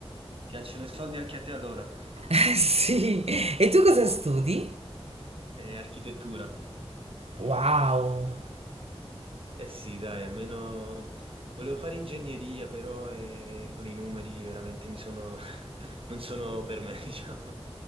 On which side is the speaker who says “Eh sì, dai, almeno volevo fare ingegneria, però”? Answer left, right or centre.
Right